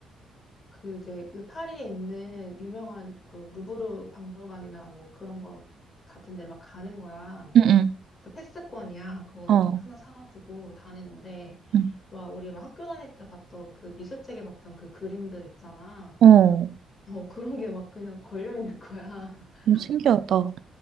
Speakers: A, on the left; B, on the right.
A: 그 이제 그 파리에 있는 유명한 그 루브르 박물관이나 뭐 그런 거 같은 데를 막 가는 거야.
B: 응, 응,
A: 그 패스권이야. 그거
B: 어,
A: 하나 사가지고 다니는데,
B: 응,
A: 막 우리 막 학교 다닐 때 봤던 그 미술책에 봤던 그 그림들 있잖아.
B: 어.
A: 어, 그런 게 막 그냥 걸려있는 거야.
B: 너무 신기하다.
A: <laughs>